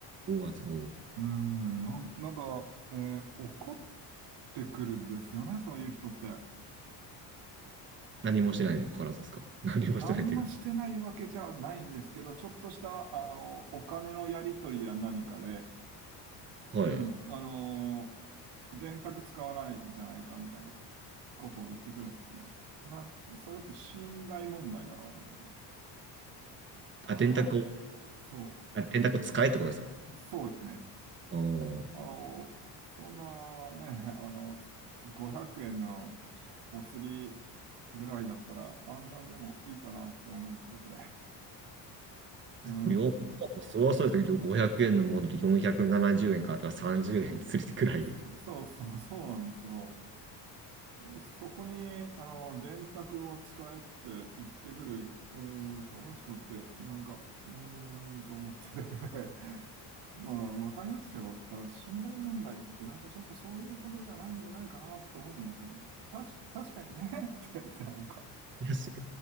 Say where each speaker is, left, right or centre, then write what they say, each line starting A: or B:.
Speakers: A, on the right; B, on the right.
A: はすつが
B: うん、な、なんか、えー怒ってくるんですよね、そういう人って。
A: 何もしてないにもかかわらずですか。<laughs> 何もしてないっていうか。
B: 何もしてないわけじゃないんですけど、ちょっとした、あの、お金のやり取りや何かで、
A: はい。
B: うん、あのー電卓使わないんじゃないかみたいなことを言ってくるんですよね。な、それって信頼問題だろうみたいな。
A: あ、
B: は
A: 電卓を、
B: あ、そ
A: あ、電卓使えってことですか。
B: う、そうですね。
A: ああー。
B: あ、あの、そんなね、<laughs> あの、500円のお釣りぐらいだったら暗算でもいいかなって思ってて。<laughs> うん。
A: よ、そうそうですけど、500円のもので470円買ったら30円つりてくらい。
B: そ、
A: い
B: そうそう、そうなんですよ。そこに、あの、電卓を使えって言ってくる、うーん、その人って、なんか、うーん、と思ってて <laughs> まあ、わかりますよ。ただ、信頼問題って、なんかちょっとそういうことじゃないんじゃないかなと思うんですよねたし、確かにね <laughs> って言って、なんか、
A: やし